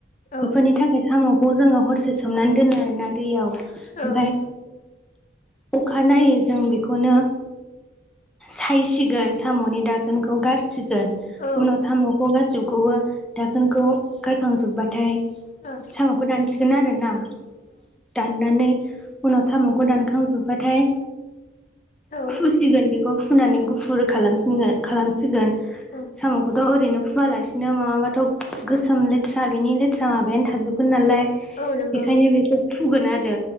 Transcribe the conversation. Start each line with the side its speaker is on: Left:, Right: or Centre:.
Left: औ
Centre: बेफोरनि थाखाय साम' खौ जोङो हरसे सोमनानै दोनो आरोना दैयाव ओमफफ्राय
Left: औ
Centre: अखानायनायो जों बेखौनो सायसिगोन साम'नि दाखोनखौ गाज सिगोन
Left: औ
Centre: उनाव साम'खौ गासिबखौबो दाखोनखौ गारखांजोबबाथाय
Left: अ
Centre: साम'खौ दानसिगोन आरोना दाननानै उनाव साम'खौ दानखांजोबबाथाय
Left: औ
Centre: फुसिगोन बे फुनानै गुफुर खालाम खालामसिगोन
Left: औ
Centre: साम'खौथ' ओैनो हुवालासिनो मङाबाथ' गोसोम लेथ्रा बिनि लेथ्रा माबायानो थाजोबगोन नालाय
Left: औ नंगौ
Centre: बेखायनो बेखौ फुगोन आरो